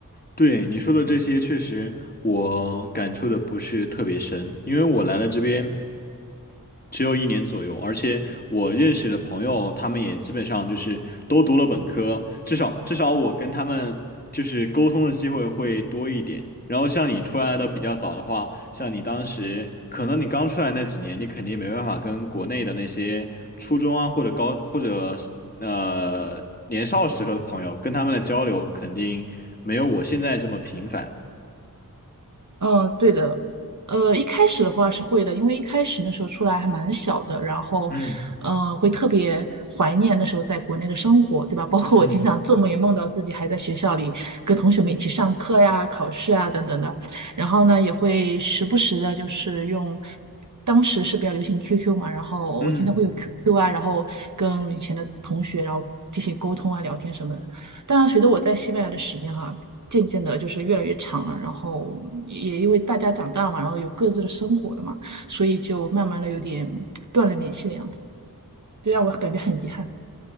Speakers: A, on the left; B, on the right.
A: 对你说的这些，确实我感触的不是特别深，因为我来了这边只有一年左右，而且我认识的朋友，他们也基本上就是都读了本科，至少至少我跟他们就是沟通的机会会多一点。然后像你出来的比较早的话，像你当时可能你刚出来那几年，你肯定没办法跟国内的那些初中啊或者高或者呃年少时候的朋友，跟他们的交流肯定没有我现在这么频繁。
B: 嗯，对的，呃，一开始的话是会的，因为一开始那时候出来还蛮小的，然后，
A: 嗯
B: 嗯，会特别怀念那时候在国内的生活，对吧？包括我经常做梦也梦到自己还在学校里跟同学们一起上课呀、
A: 嗯
B: 考试啊等等的，然后呢，也会时不时的，就是用。当时是比较流行 QQ 嘛，然后我经常会有
A: 嗯。
B: QQ 啊，然后跟以前的同学，然后进行沟通啊、聊天什么的。当然，随着我在西班牙的时间哈，渐渐的就是越来越长了，然后也因为大家长大了嘛，然后有各自的生活了嘛，所以就慢慢的有点断了联系的样子，就让我感觉很遗憾。